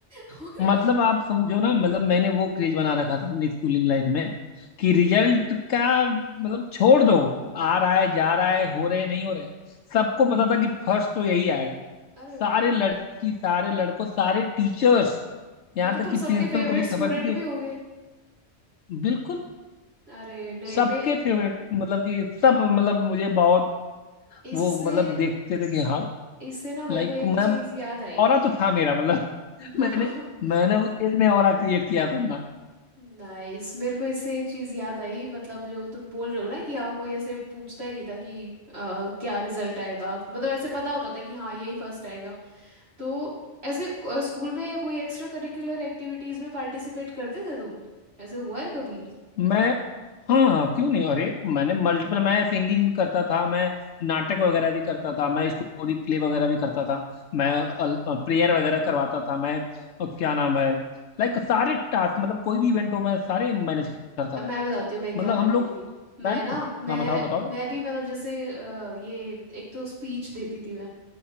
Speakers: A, on the right; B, on the left.
A: <laughs> और
B: मतलब आप समझो ना मतलब मैंने वो क्रेज बना रखा था अपनी स्कूलिंग लाइफ में कि रिजल्ट का मतलब छोड़ दो आ रहा है जा रहा है हो रहे हैं, नहीं हो रहे हैं। सबको पता था कि फर्स्ट तो यही आएगा
A: अरे
B: सारे
A: भाई
B: लड़की सारे लड़कों सारे टीचर्स यहाँ
A: ये तो
B: तक
A: तुम
B: कि प्रिंसिपल
A: सबके फेवरेट
B: को भी खबर
A: स्टूडेंट
B: थी कि
A: भी होगे
B: बिल्कुल
A: अरे नहीं
B: सबके
A: मैं
B: फेवरेट मतलब कि सब मतलब मुझे बहुत
A: इससे
B: वो मतलब देखते थे कि हाँ
A: इससे ना मेरे
B: लाइक
A: को एक चीज
B: मैं
A: याद आई
B: ऑरा तो था मेरा मतलब
A: <laughs>
B: <laughs> मैंने मैंने उस एज में ऑरा क्रिएट किया था अपना
A: नाइस मेरे को इससे एक चीज याद आई मतलब जो तुम बोल रहे हो ना कि यहाँ कोई ऐसे पूछता ही नहीं था कि अ, क्या रिजल्ट आएगा मतलब ऐसे पता होता था कि हाँ यही फर्स्ट आएगा तो ऐसे स्कूल में कोई एक्स्ट्रा करिकुलर एक्टिविटीज में पार्टिसिपेट करते थे तुम ऐसे हुआ है कभी
B: मैं हाँ क्यों नहीं अरे मैंने मल्टीपल मैं सिंगिंग भी करता था मैं नाटक वगैरह भी करता था मैं स्टोरी प्ले वगैरह भी करता था मैं प्रेयर वगैरह करवाता था मैं अ, क्या नाम है लाइक सारे टास्क मतलब कोई भी इवेंट हो मैं सारे मैनेज करता
A: अब
B: था
A: मैं बताती हूँ मैं क्या
B: मतलब
A: करती
B: हम लोग
A: थी मैं
B: मैं ना
A: ना मैं
B: हाँ बताओ बताओ
A: मैं भी मतलब जैसे अ, ये एक तो स्पीच देती थी मैं